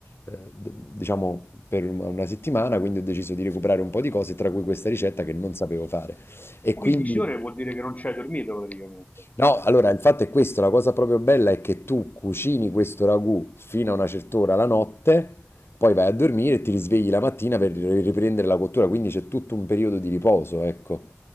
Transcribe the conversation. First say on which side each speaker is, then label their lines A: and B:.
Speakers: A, on the left; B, on the left.
A: eh, d- diciamo per un- una settimana, quindi ho deciso di recuperare un po' di cose, tra cui questa ricetta che non sapevo fare. E
B: 15
A: quindi,
B: ore vuol dire che non ci hai dormito praticamente.
A: no, allora il fatto è questo, la cosa proprio bella è che tu cucini questo ragù fino a una certa ora la notte, poi vai a dormire e ti risvegli la mattina per riprendere la cottura, quindi c'è tutto un periodo di riposo, ecco.